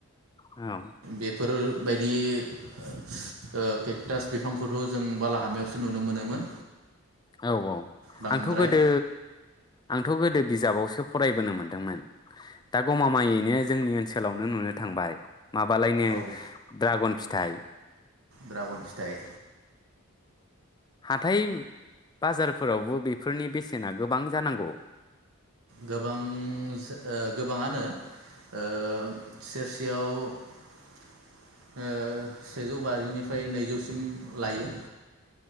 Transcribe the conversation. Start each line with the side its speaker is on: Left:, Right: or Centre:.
Left: औ
Right: बेफोर बायदि ओ केकटास बिफांखौथ जों बालाहामायावसो नुनो मोनोमोन।
Left: औ औ
Right: बांद्राय
Left: आंथ गोदो आंथ गोदो बिजाबावसो फरायबोनो मोनदोंमोन दा गमामायैनो जोंनि ओनसोलावनो नुनो थांबाय। माबालायनो
Right: औ
Left: ड्रागन फि थाइ
Right: ड्रागन फिथाइ
Left: हाथाइ बाजारफोरावबो बेफोरनि बेसेना गोबां जानांगौ।
Right: गोबां ओ गोबाङानो ओ सेरसेयाव ओ सेजौ बाजिनिफ्राय नैजौसिम लायो।